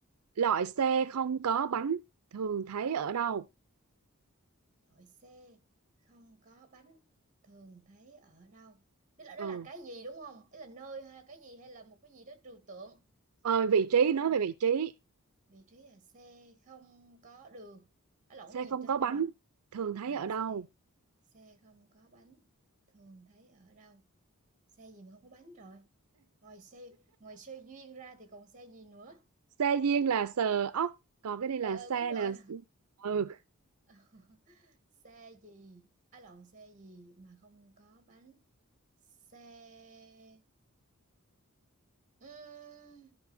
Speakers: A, on the right; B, on the right.
A: loại xe không có bánh thường thấy ở đâu
B: đội xe không có bánh thường thấy ở đâu Tức là đó
A: ừ
B: là cái gì đúng không ý là nơi hay cái gì hay là một cái gì đó trừu tượng
A: ờ, vị trí
B: ờ,
A: nói về vị trí
B: vị trí là xe không có đường à, lộn
A: xe
B: cái gì
A: không
B: ta
A: có
B: quên
A: bánh
B: rồi
A: thường thấy
B: à
A: ở đâu
B: xe xe không có bánh thường thấy ở đâu xe gì mà không có bánh rồi ngoài xe ngoài xe duyên ra thì còn xe gì nữa
A: Xe duyên là sờ ốc còn cái này là
B: ờ ờ
A: xe
B: biết rồi
A: nè ừ
B: <laughs> xe gì á lộn xe gì mà không có bánh xe Ừm,